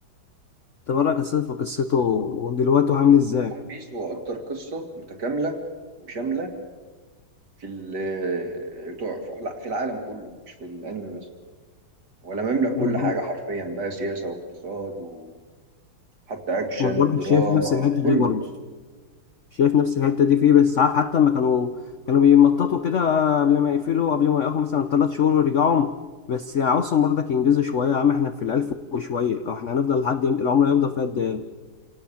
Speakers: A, on the left; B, on the right.
A: تبرك قصته في قصته ودلوقتي هو عامل ازاي؟
B: ون بيس هو اكتر قصه متكامله وشامله في ال آه، بتوع- في لا، في العالم كله مش في الانمي بس ولا مملك
A: <laughs>
B: كل حاجه حرفيا بقى سياسه واقتصاد وحتى اكشن
A: ما برضه
B: دراما
A: شايف نفس الحتة
B: كله
A: دي برضه شايف نفس الحته دي فيه بس عارف حتى لما كانوا كانوا بيمططوا كده قبل ما يقفلوا قبل ما يقفوا مثلا ثلاث شهور ويرجعوا بس يعني عاوزهم برضك ينجزوا شويه يا عم احنا في الالف وشويه أو احنا هنفضل لحد امتى؟ العمر هيفضل فيها قد ايه